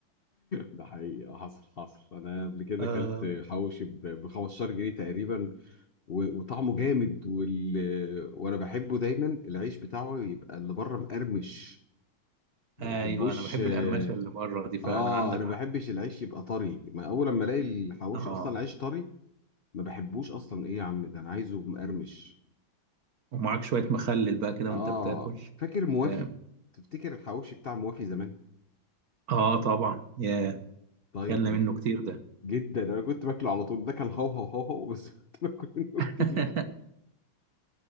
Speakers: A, on the left; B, on the right.
A: ده حقيقي حصل حصل انا قبل كده
B: آه.
A: اكلت حواوشي ب 15 جنيه تقريبا و- وطعمه جامد وال... وانا بحبه دايما العيش بتاعه يبقى اللي بره مقرمش ما
B: ايوه
A: بحبوش
B: انا بحب
A: اه
B: القرمشه اللي بره دي فعلا
A: آه،
B: عندك
A: انا
B: حق
A: ما بحبش العيش يبقى طري ما اول لما الاقي الحواوشي
B: اه
A: اصلا العيش طري ما بحبوش اصلا ايه يا عم ده انا عايزه مقرمش
B: ومعاك شويه مخلل بقى كده
A: اه
B: وانت بتاكل
A: فاكر موافي
B: اه
A: تفتكر الحواوشي بتاع موافي زمان
B: آه، طبعا يا
A: طيب
B: كلنا
A: طيب.
B: منه كتير ده
A: جدا انا كنت باكله على طول ده كان هو هو هو هو بس <laughs> كنت باكل منه كتير
B: <laughs>